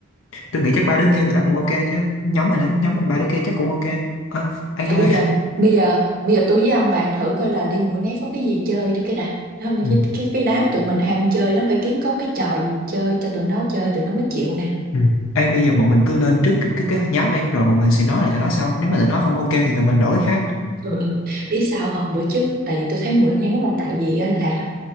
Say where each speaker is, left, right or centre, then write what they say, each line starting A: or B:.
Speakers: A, on the left; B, on the right.
A: tôi nghĩ chắc ba đứa kia tụi nó cũng ok chứ nhóm mình á nhóm mình ba đứa kia chắc cũng ok Ờ, ấy
B: Thì
A: thôi
B: bây giờ bây giờ bây giờ tôi với ông bàn thử coi là đi Mũi Né có cái gì chơi đi cái đã. Không
A: ừ,
B: cái cái cái đám tụi mình ham chơi lắm phải kiếm có cái trò gì chơi cho tụi nó chơi tụi nó mới chịu nè.
A: ừ. Ê, bây giờ bọn mình cứ lên trước cái cái cái hạt nháp đi rồi bọn mình sẽ nói lại tụi nó sau nếu mà tụi nó không ok thì tụi mình đổi cái khác
B: Ừ, ừ. Biết sao không bữa trước tại vì tôi thấy Mũi Né là tại vì á là